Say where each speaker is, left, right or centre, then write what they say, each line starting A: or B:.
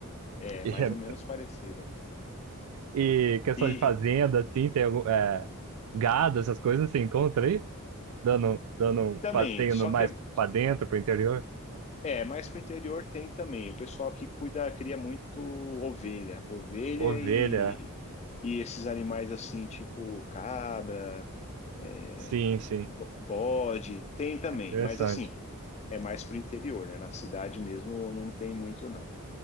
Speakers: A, on the left; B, on the right.
A: É
B: E
A: mais
B: é,
A: ou menos parecida.
B: E questão
A: E
B: de fazenda, assim, tem algum, é, gado, essas coisas, você encontra aí? Dando, dando um
A: também,
B: passeio
A: só
B: no- mais
A: que é,
B: pra dentro, pro interior?
A: é mais para o interior tem também. O pessoal que cuida, cria muito ovelha, ovelha
B: Ovelha.
A: e, e esses animais assim, tipo cabra, é,
B: Sim, sim.
A: bo- bode, tem também.
B: Interessante.
A: Mas assim, é mais para o interior, né? Na cidade mesmo não tem muito, não.